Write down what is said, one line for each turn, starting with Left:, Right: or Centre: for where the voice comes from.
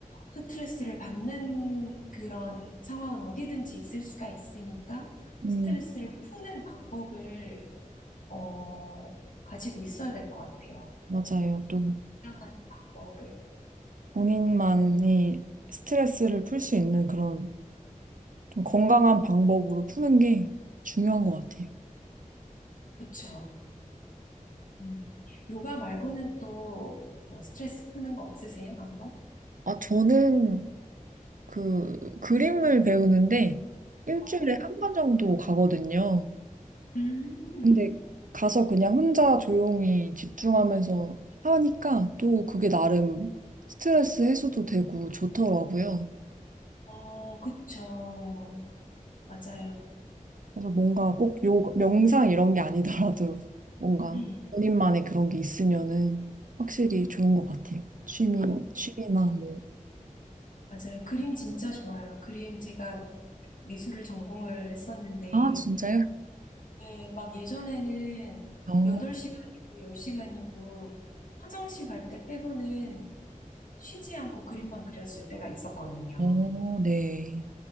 Left: 스트레스를 받는 그런 상황은 어디든지 있을 수가 있으니까
Right: 음,
Left: 스트레스를 푸는 방법을 어, 가지고 있어야 될 것 같아요.
Right: 맞아요. 또
Left: 사랑하는 방법을.
Right: 본인만이 스트레스를 풀 수 있는 그런 좀 건강한 방법으로 푸는 게 중요한 것 같아요.
Left: 그쵸? 음. 요가 말고는 또 뭐 스트레스 푸는 거 없으세요? 방법?
Right: 아, 저는 그 그림을 배우는데 일주일에
Left: 어,
Right: 한 번 정도 가거든요.
Left: 음,
Right: 근데 가서 그냥 혼자 조용히 집중하면서 하니까 또 그게 나름 스트레스 해소도 되고 좋더라고요.
Left: 어, 그쵸. 맞아요.
Right: 그래서 뭔가 꼭 요, 명상 이런 게 아니더라도 <laughs> 뭔가
Left: 네.
Right: 본인만의 그런 게 있으면은 확실히 좋은 것 같아요. 취미, 취미나 뭐.
Left: 맞아요. 그림 진짜 좋아요. 그림 제가 미술을 전공을 했었는데,
Right: 아, 진짜요?
Left: 네, 막 예전에는
Right: 어,
Left: 8시간이고 10시간이고 화장실 갈 때 빼고는 쉬지 않고 그림만 그렸을 때가 있었거든요.
Right: 어, 네.